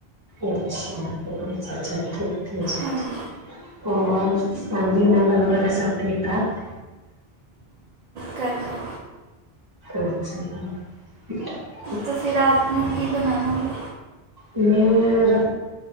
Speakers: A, on the right; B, on the right.
A: ਅੱਛਾ ਚ ਚਾ ਤ ਤ
B: ਹਾਂਜੀ
A: <unintelligible> ਹੋਰ, ਫੈਮਲੀ ਮੈਂਬਰ ਵਗੈਰਾ ਸਭ ਠੀਕ ਠਾਕ
B: ਕਰੱਲ <unintelligible>
A: ਅੱਛਾ ਜੀ ਹ <unintelligible>
B: ਤੁਸੀਂ ਰਾਤ ਨੂੰ ਕੀ ਬਣਾਉਣਾ ਏ
A: ਮੈਂ ਰ